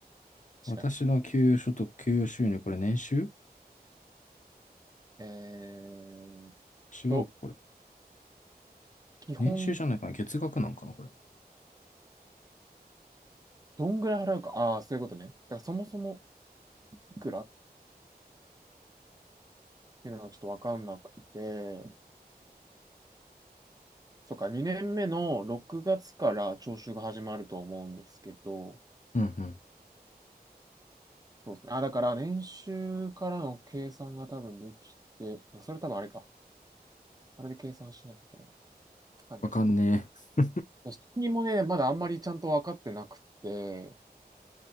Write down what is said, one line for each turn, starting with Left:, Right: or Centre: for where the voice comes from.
Left: 私の給与所得、
Right: かに。
Left: 給与収入、これ年収
Right: えーっ
Left: 違うか、
Right: と、
Left: これ。
Right: 基本、
Left: 年収じゃないかな。月額なんかな、これ。
Right: どんぐらい払うか。ああ、そういうことね。だからそもそもいくらっていうのがちょっとわかんなくて、そっか、2年目の6月から徴収が始まると思うんですけど、
Left: うんうん。
Right: そうですね。あ、だから年収からの計算が多分できて、まあそれ多分あれか。あれで計算しなきゃいけない。はいはい。
Left: わかんねえ。
Right: 独身もね、まだあんまりちゃんと分かってなくて、